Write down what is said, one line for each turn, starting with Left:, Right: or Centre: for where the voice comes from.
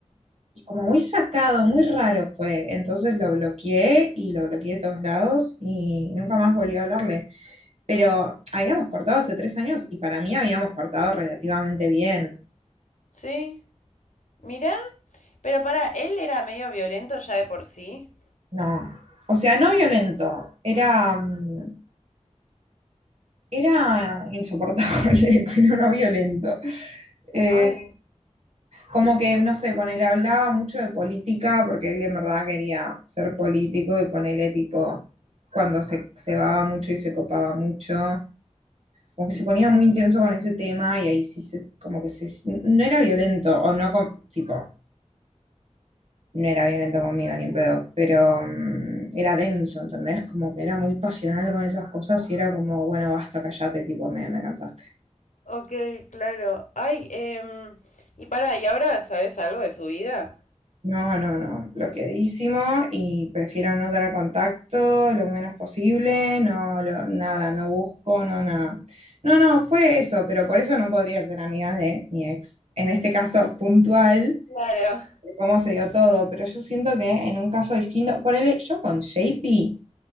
Right: y como muy sacado, muy raro fue, entonces lo bloqueé, y lo bloqueé de todos lados, y nunca más volví a hablarle. Pero habíamos cortado hace tres años y para mí habíamos cortado relativamente bien.
Left: Sí. Mirá. Pero para, él era medio violento ya de por sí.
Right: No. O sea, no violento. Era, mm, era insoportable, <laughs> pero no violento. Eh,
Left: Ay.
Right: como que, no sé, ponele, hablaba mucho de política porque él en verdad quería ser político y ponele tipo, cuando se cebaba mucho y se copaba mucho, como que se ponía muy intenso con ese tema y ahí sí se, como que se, no era violento o no, con- tipo, no era violento conmigo ni en pedo, pero mm, era denso, ¿entendés? Como que era muy pasional con esas cosas y era como, bueno, basta, callate, tipo, me, me cansaste.
Left: Ok, claro. Ay, em, y para, ¿y ahora sabes algo de su vida?
Right: No, no, no, bloqueadísimo y prefiero no tener contacto lo menos posible, no, lo- nada, no busco, no, nada. No, no, fue eso, pero por eso no podría ser amiga de mi ex. En este caso puntual,
Left: Claro.
Right: de cómo se dio todo, pero yo siento que en un caso distinto, ponele, yo con J P